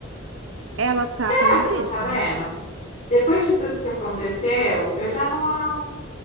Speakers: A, on the right (about 80°); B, on the left (about 35°).
A: Ela tá
B: Será
A: fazendo
B: que você
A: isso,
B: não tá vendo?
A: né?
B: Depois de tudo que aconteceu, eu já não, a- não-